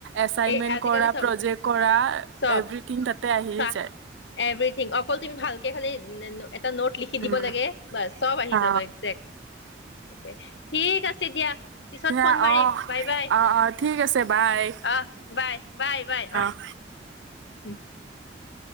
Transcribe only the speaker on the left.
এ আজিকালি
চব
চব
চা
<unintelligible> অকল তুমি ভালকে খালি, এটা নোট লিখি
দিব লাগে, বচ, চব আহি
যাব একজেক্ট। সেইটোৱেই। ঠিক আছে দিয়া। পিছত
ফোন মাৰিম।
বাই বাই
আহ
বাই বাই বাই
<unintelligible>